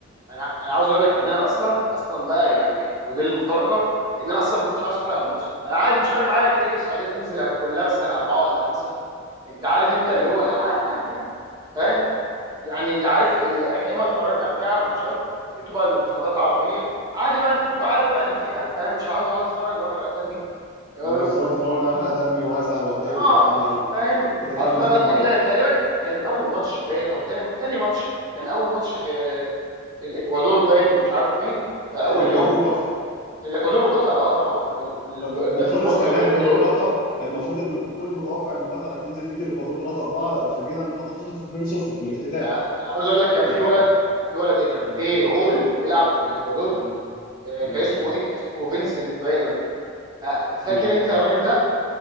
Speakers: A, on the right (about 20°); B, on the left (about 45°).
A: انا انا عاوز اقول لك ان انا اصلا اصلا بقى يعني ودي المفارقه ان انا اصلا ما كنتش عاوز اتفرج على الماتش انا عادي مش فارق معايا كده كده السعوديه تنزل هتاكل لها مثلا اربعه ولا خمسه انت عارف انت اللي هو آه عادي يعني فاهم يعني انت عارف إيه، احنا ياما اتفرجنا قبل كده على ماتشات بتبقى المنتخبات عربيه عادي بقى انت بتبقى عارف بقى اللي فيها فاهم مش عاوز اقعد اتفرج واحرق دمي اه
B: بالظبط اللي هو انا هحرق دمي وهزعل واتضايق وبتاع
A: آه،
B: على ايه
A: فاهم
B: كده كده
A: او تبقى
B: النتيجه
A: بادئه
B: معروفه
A: كده تقريبا كان اول ماتش باين
B: مم.
A: او تاني تاني ماتش كان
B: او
A: اول ماتش آه، الاكوادور باين ومش عارف مين في
B: الاكوادور
A: اول يوم
B: وقطر
A: الاكوادور وقطر اه طبعا ال-
B: هو
A: البلد
B: وخلص
A: المنظم
B: كمان
A: والاكوادور
B: بان قطر المفروض ان كل متوقع ان قطر هتنزل تدي الاكوادور 3 4 اتفاجئنا ان قطر خسرت 2-0 في الافتتاح
A: آه، انا عاوز اقول لك كان
B: مم.
A: في ولد كان في ولد ايه كان
B: مم.
A: في غول بيلعب في
B: مم.
A: الاكوادور
B: مم.
A: آه،
B: مم.
A: كان اسمه ايه كان اسمه فينسنت باين ولا آه، فاكر
B: مم.
A: انت الراجل ده